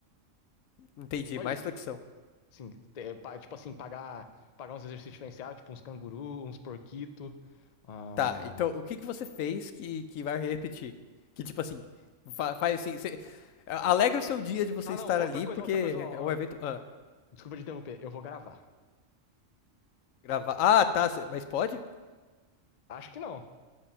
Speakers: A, on the left; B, on the left.
A: Entendi,
B: Só
A: mais
B: isso.
A: flexão.
B: Sim, te- pa- tipo assim, pagar, pagar uns exercícios diferenciados, tipo uns canguru, uns porquito. Ah,
A: Tá, então o que que você fez que, que vai repetir? Que tipo assim, fa- faz assim, você, alegra o seu dia de você
B: ah,
A: estar
B: não, outra
A: ali,
B: coisa,
A: porque
B: outra coisa, ó,
A: é um evento.
B: ó.
A: Ah,
B: Desculpa te interromper, eu vou gravar.
A: gravar. Ah, tá, cê- mas pode?
B: Acho que não.